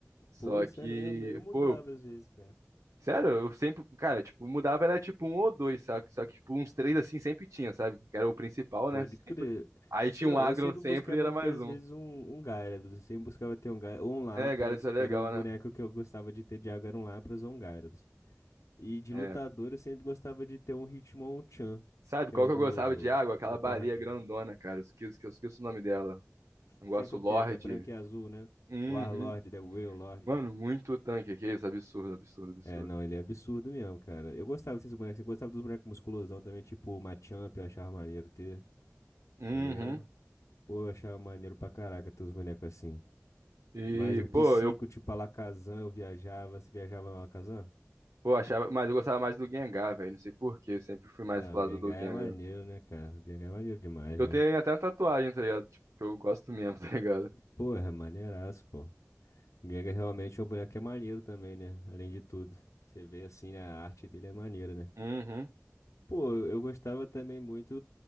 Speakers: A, on the right (about 80°); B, on the left (about 70°).
A: Só
B: Pô,
A: que,
B: sério mesmo? Eu mudava
A: pô,
B: às vezes, cara.
A: Sério, eu sempre, cara, tipo, mudava era tipo um ou dois, sabe? Só que, tipo, uns três assim sempre tinha, sabe? Que era o principal,
B: Pode
A: né? Sempre.
B: crer.
A: Aí tinha
B: Não,
A: um agro
B: eu sempre
A: sempre
B: buscava
A: e era
B: ter,
A: mais
B: às
A: um.
B: vezes, um, um Gyarados. Eu sempre buscava ter um, Gy- ou um Lapras,
A: É, cara, isso é
B: que
A: legal,
B: era o boneco
A: né?
B: que eu gostava de ter de água, era um Lapras ou um Gyarados. E de
A: É.
B: lutador, eu sempre gostava de ter um Hitmonchan,
A: Sabe
B: que
A: qual
B: é o
A: que
B: do
A: eu gostava de água? Aquela
B: da
A: baleia
B: porradinha.
A: grandona, cara. Eu esqueço, eu esqueço o nome dela. Eu gosto
B: Sei qual
A: Lorde.
B: que é, que é branco e azul, né?
A: Uhum.
B: O Warlord, né? O Wailord.
A: Mano, muito tanque aqui, isso é absurdo, absurdo, absurdo.
B: É, não, ele é absurdo mesmo, cara. Eu gostava desses bonecos. Eu gostava dos bonecos musculosão também, tipo o Machamp, eu achava maneiro ter,
A: Uhum.
B: tá ligado? Pô, eu achava maneiro pra caraca ter os bonecos assim.
A: E,
B: Mas o Psico,
A: pô, eu
B: tipo, Alakazam, eu viajava. Você viajava no Alakazam?
A: pô, achava, mas eu gostava mais do Gengar, velho. Não sei por quê, eu sempre fui mais
B: Não,
A: pro lado
B: o Gengar
A: do Gengar.
B: é maneiro, né, cara? O Gengar é maneiro demais,
A: Eu
B: né?
A: tenho até uma tatuagem, tá ligado? Tipo, que eu gosto mesmo, <laughs> tá ligado?
B: Porra, é maneiraço, pô. O Gengar realmente é um boneco que é maneiro também, né? Além de tudo. Você vê assim, né, a arte dele é maneira, né?
A: Uhum.
B: Pô, eu eu gostava também muito,